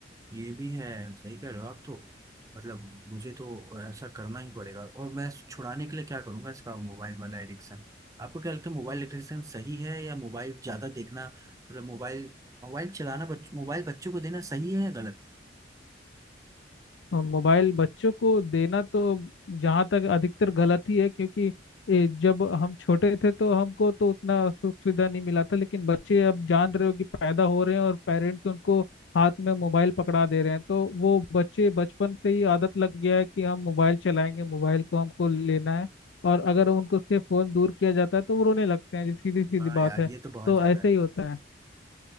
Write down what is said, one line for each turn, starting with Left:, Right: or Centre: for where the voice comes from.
Right: ये भी है सही कह रहे हो आप तो मतलब मुझे तो ऐसा करना ही पड़ेगा और मैं छुड़ाने के लिए क्या करूंगा इसका मोबाइल वाला एडिक्शन आपको क्या लगता है मोबाइल एडिक्शन सही है या मोबाइल ज्यादा देखना मतलब मोबाइल मोबाइल चलाना बच, मोबाइल बच्चों को देना सही है या गलत
Left: और मोबाइल बच्चों को देना तो जहाँ तक अधिकतर गलत ही है क्योंकि ए, जब हम छोटे थे तो हमको तो उतना सुख सुविधा नहीं मिला था लेकिन बच्चे अब जान रहे हो कि पैदा हो रहे हैं और पेरेंट्स उनको हाथ में मोबाइल पकड़ा दे रहे हैं तो वो बच्चे बचपन से ही आदत लग गया है कि हम मोबाइल चलाएंगे मोबाइल को हमको लेना है और अगर उनको से फोन दूर किया जाता है तो वो रोने लगते हैं ये सीधी सीधी
Right: हाँ
Left: बात
Right: यार
Left: है
Right: ये तो बहुत
Left: तो
Right: ज्यादा
Left: ऐसे
Right: है
Left: ही होता है